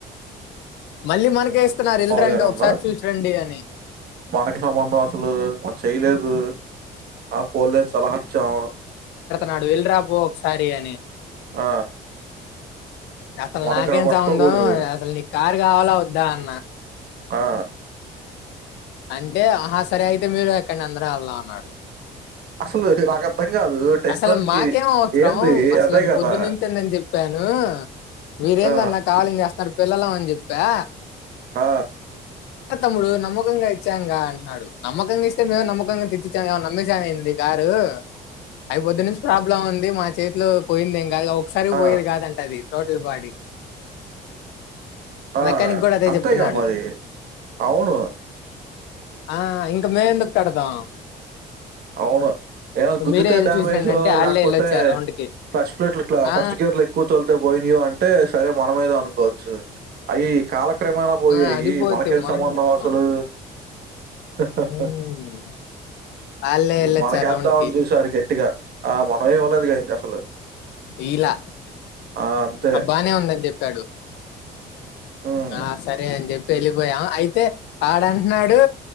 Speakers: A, on the left (about 80°); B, on the right (about 65°).
A: మళ్ళీ మనకేస్తున్నారు వెల్లిరండి
B: మాములుగానే
A: ఒకసారి
B: ఉందా?
A: చూచిరండి అని
B: మనకి సంబంధం అసలు మన చేయలేదు ఆ పోన్లే అని సలహా ఇచ్చం
A: నాడు ఎల్డ్రా పో ఒకసారి అని
B: ఆ
A: అసలు
B: మనింకా
A: నాకేం
B: పట్టుకోకూడదు.
A: సంబంధం అసలు నీకు కారు కావాలా వద్దా అన్న
B: ఆ
A: అంటే ఆ హ సరే అయితే మీరు ఎక్కండి అందరం వెళ్దాం అన్నాడు
B: అసలు నాకర్థం కాదు టెస్ట్
A: అసలు
B: రన్‌కి
A: మాకేం అవసరం
B: ఏంది?
A: అసలు
B: అదే
A: అది
B: కదా!
A: పొద్దునుంచిందని చెప్పా ను మీరెందన్న
B: ఆ!
A: కావాలని చేస్తన్నారు పిల్లలమని చెప్పా
B: ఆ
A: తమ్ముడు నమ్మకంగా ఇచ్చాంగా అంటున్నాడు నమ్మకంగా ఇస్తే మేము నమ్మకంగా తెచ్చిచ్చాంగా ఏమన అమ్మేసామా కారు అవి పొద్దు నుంచి ప్రాబ్లం ఉంది మా చేతిలో పోయిందెం కాదుగా ఒకసారి
B: ఆ!
A: పోయేది కాదంట అది త్రోటిది బాడీ
B: ఆ
A: మెకానిక్ కూడా అదే
B: అంతేగా
A: చెప్తున్నాడు
B: మరి అవును
A: ఆ ఇంక మేమెందుకు కడతాం
B: అవును ఏదన గుద్దితే
A: మీరే వెళ్ళి
B: డ్యమేజ్జో
A: చూసిరండి అంటే వాళ్ళే
B: లేకపోతే
A: వెళ్ళి వచ్చారు రౌండ్ కి
B: క్లచ్ ప్లేట్లు ఇట్లా
A: ఆ
B: ఫస్ట్ గేర్ లో ఎక్కువ తోలితే పోయినాయో అంటే సరే మనమీదో అనుకోవచ్చు అయి కాల క్రమేనా పోయాయి
A: ఆ, అది పోతే
B: మనకేం
A: మనం
B: సంబంధం
A: ఏం చేస్తాం
B: అసలు హ
A: ఉమ్,
B: హ
A: వాళ్ళే వెళ్ళొచ్చారు
B: మనకేద్దామని
A: రౌండ్ కి
B: చూసారు గట్టిగా ఆ మనం ఇవ్వలేదుగా అసలు
A: ఈలా
B: ఆ! అంతే.
A: ఆ బానే ఉందని చెప్పాడు
B: హ్మ్.
A: ఆ సరే అని చెప్పి వెళ్ళిపోయాం అయితే ఆడుంటున్నాడు